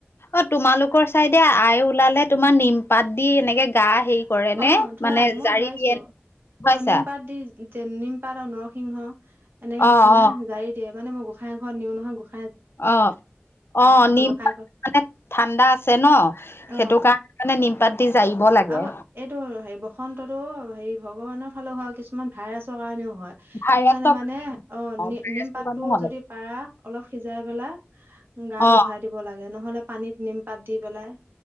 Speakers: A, on the left; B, on the right.
A: অ, তোমালোকৰ চাইদে আই ওলালে তোমাৰ নিমপাত দি এনেকে তা হেৰি কৰে নে?
B: অ ধুৱাই
A: মানে
B: মই
A: জাৰি
B: ধুৱাইছো
A: দিয়ে গম পাইছা।
B: অ নিম পাত দি যে নিম পাত আৰু নৰসিংহ এনেকে
A: অ
B: দি পেলাই
A: অ
B: জাৰি দিয় মানে মই গোঁসাই ঘৰত নিওঁ নহয় গোঁসা
A: অ' অ' নিম
B: গোঁসাই
A: পাত
B: ঘৰত
A: মানে ঠাণ্ডা আছে ন
B: অ
A: সেইটো কাৰণে মানে নিমপাত দি জাৰিব লাগে।
B: আৰু এইটো হেৰি বসন্ততো হেৰি ভগৱানৰ ফালে হয় কিছুমান ভাইৰাছৰ কাৰণেও হয়।
A: ভাইৰাছৰ
B: সেইকাৰণে মানে অ নি
A: ভাইৰাছৰ
B: নিম পাতটো
A: কাৰণে হয়
B: যদি পাৰা অলপ সিজাই পেলাই গাটো
A: অ
B: ধুৱাই দিব লাগে নহলে পানীত নিম পাত দি পেলাই।